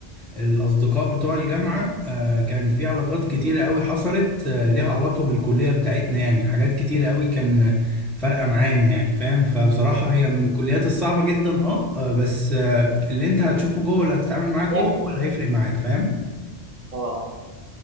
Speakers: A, in the centre; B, on the right.
A: الأصدقاء بتوع الجامعة آه، كان في علاقات كتيرة قوي حصلت آه، ليها علاقة بالكلية بتاعتنا يعني حاجات كتيرة قوي كان فارقه معانا يعني فاهم فبصراحه هي
B: مم.
A: من الكليات الصعبه جدا اه آه، بس آه، اللي انت هتشوفه جوه اللي هتتعامل معاه جوه
B: ليها فايدة
A: هو اللي هيفرق معاك فاهم
B: اه آه.